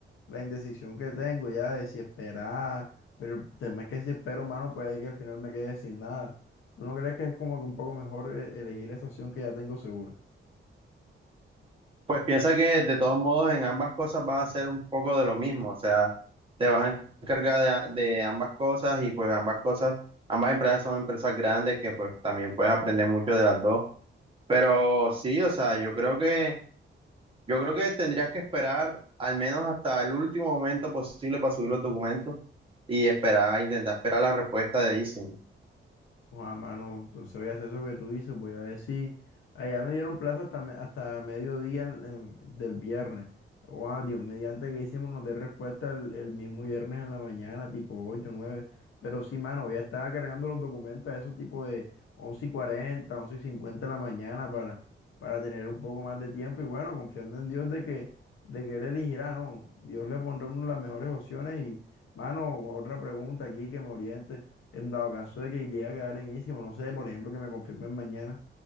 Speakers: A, on the left; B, on the right.
A: la indecisión que tengo ya de si esperar, pero el tema es que si espero, mano, puede que al final me quede sin nada. ¿Tú no crees que es como que un poco mejor eh, elegir esa opción que ya tengo segura?
B: Pues piensa que de todos modos en ambas cosas vas a hacer un poco de lo mismo, o sea, te vas a encargar de, a- de ambas cosas y pues ambas cosas, ambas empresas son empresas grandes que pues también puedes aprender mucho de las dos, pero sí, o sea, yo creo que yo creo que tendrías que esperar al menos hasta el último momento posible para subir los documentos y esperar, intentar esperar la respuesta de Easy.
A: Joder, mano, entonces voy a hacer eso que tú dices, voy a ver si allá me dieron plazo hasta, me- hasta mediodía en- en- del viernes. Joder, Dios, mediante que hicimos nos dé respuesta el, el mismo viernes en la mañana, tipo 8 nueve Pero sí, mano, voy a estar cargando los documentos a esos tipo de once y 40, 11 y 50 de la mañana para, para tener un poco más de tiempo y bueno, confiando en Dios de que, de que Él elegirá, ¿no? Dios le pondrá a uno las mejores opciones y, mano, otra pregunta aquí que me oriente. En dado caso de que llegue a quedar en Easy, o no sé, por ejemplo, que me confirmen mañana,